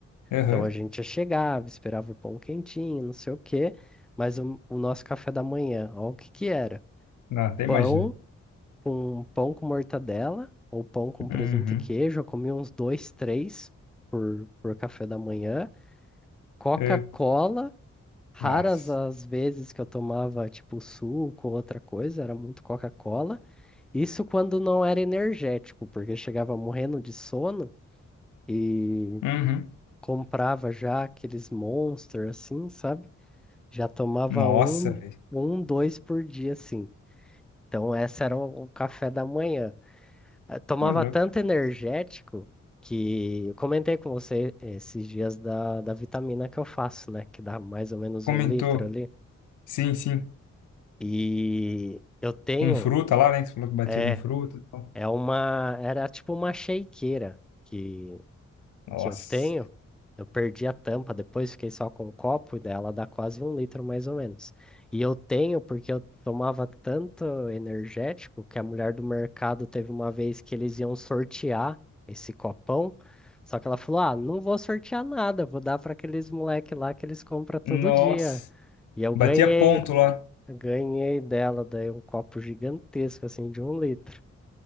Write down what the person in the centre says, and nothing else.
Então a gente chegava, esperava o pão quentinho, não sei o quê, mas o, o nosso café da manhã, ó, o que que era?
Pão
com pão com mortadela ou pão com presunto
e queijo, eu comia uns dois, três por, por café da manhã. Coca-Cola,
raras
as vezes que eu tomava tipo suco ou outra coisa, era muito Coca-Cola. Isso quando não era energético, porque chegava morrendo de sono e
comprava já aqueles Monster assim, sabe? Já tomava
um,
um, dois por dia, assim. Então, essa era o, o café da manhã. Eh, Tomava
tanto energético que eu comentei com você esses dias da, da vitamina que eu faço, né? Que dá mais ou menos
um litro ali.
E eu tenho,
é,
é uma, era tipo uma shakeira que
que eu tenho, eu perdi a tampa, depois fiquei só com o copo, e daí ela dá quase um litro mais ou menos. E eu tenho porque eu tomava tanto energético que a mulher do mercado teve uma vez que eles iam sortear esse copão, só que ela falou: Ah, não vou sortear nada, vou dar para aqueles moleque lá que eles compram todo
dia. E eu
ganhei,
ganhei dela, daí um copo gigantesco, assim, de um litro.